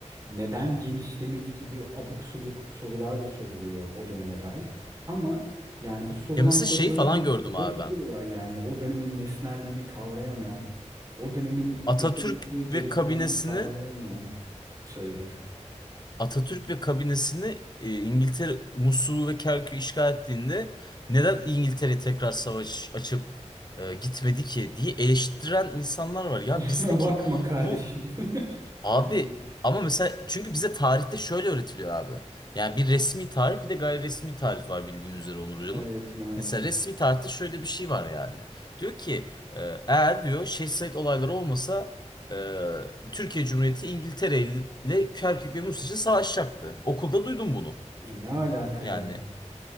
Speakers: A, on the right (about 30°); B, on the left (about 35°).
A: Neden genişlemedi gibi abuk subuk sorular da soruluyor o döneme dair. Ama yani bu sorulan
B: ya mesela
A: soruların
B: şey falan
A: hepsi
B: gördüm
A: boş
B: abi ben.
A: sorular yani. O dönemin nesnelliğini kavrayamayan, o dönemin
B: Atatürk
A: yapılması gerekilenleri
B: ve kabinesini
A: kavrayamayan söyler. <laughs>
B: Atatürk ve kabinesini e, İngiltere Musul'u ve Kerkük'ü işgal ettiğinde neden İngiltere tekrar savaş açıp e, gitmedi ki diye eleştiren insanlar var. Ya
A: Kusura
B: bizdeki
A: bakma kardeşim.
B: bu
A: <laughs>
B: Abi
A: Yani
B: ama mesela çünkü bize tarihte şöyle öğretiliyor abi. Yani bir resmi tarih bir de gayri resmi tarih var bildiğin üzere Onur Hoca'nın.
A: evet maalesef.
B: Mesela resmi tarihte şöyle bir şey var yani. Diyor ki e, eğer diyor Şehsayt olayları olmasa e, Türkiye Cumhuriyeti İngiltere ile Kerkük ve Mus için savaşacaktı. Okulda duydum bunu.
A: Ya ne alaka
B: Yani
A: ya?